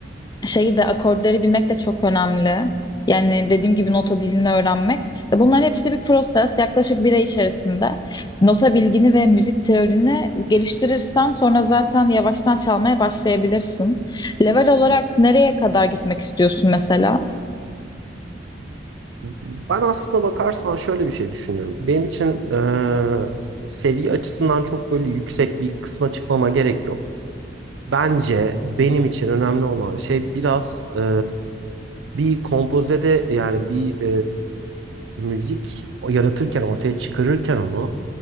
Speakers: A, on the left (about 20°); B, on the right (about 80°).
A: şeyi de akorları bilmek de çok önemli. Yani dediğim gibi nota dilini öğrenmek. E, Bunların hepsi bir proses. Yaklaşık bir ay içerisinde nota bilgini ve müzik teorini geliştirirsen sonra zaten yavaştan çalmaya başlayabilirsin. Level olarak nereye kadar gitmek istiyorsun mesela?
B: Ben aslına bakarsan şöyle bir şey düşünüyorum. Benim için e, seviye açısından çok böyle yüksek bir kısma çıkmama gerek yok. Bence benim için önemli olan şey biraz e, bir kompozede yani bir e, müzik yaratırken ortaya çıkarırken onu